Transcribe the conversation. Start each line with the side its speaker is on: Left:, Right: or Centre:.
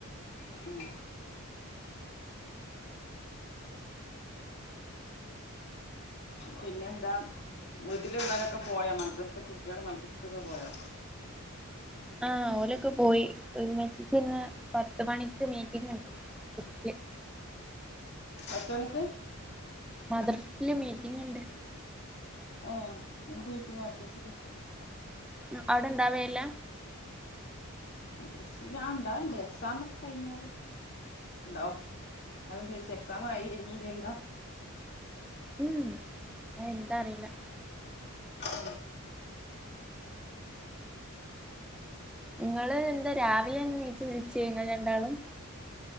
Left: ആഹ് പിന്നെ എന്താ വീട്ട്ൽ ഇള്ളൊരൊക്കെ പോയോ? മദ്രസ്സ് കുട്ടിയെൾ മദ്രസ്സ്ക്ക് ഒക്കെ പോയോ?
Centre: ആഹ് ഓലൊക്കെ പോയി <unintelligible> ഇന്ന് പത്ത് മണിക്ക് മീറ്റിങ്ങ് ഇണ്ട് <unintelligible>
Left: പത്ത് മണിക്ക്
Centre: മദെർസിൽ മീറ്റിംങ് ഇണ്ട്
Left: ആഹ് എന്ത് മീറ്റിങ്ങാ മദ്രസ്ൽ
Centre: ഉം അയുടെ ഇണ്ടാവെ ഇല്ലാ?
Left: മദ്രസ്ൽ ആഹ് ഇണ്ടാവേൽ ഇണ്ട് എക്സാം ഒക്കെ കഴിഞ്ഞാൽ ഇണ്ടാവും അതാ ചോയിച്ചെ എക്സാമ് കഴിഞ്ഞില്ലല്ലോ?
Centre: ഉംഉം ഇന്നാ എന്താ അറീലാ
Left: ഉം
Centre: ഇങ്ങെൾ എന്താ രാവിലെന്നെ നീച്ച് വിൾച്ചെ ഇങ്ങെൾ രണ്ടാളും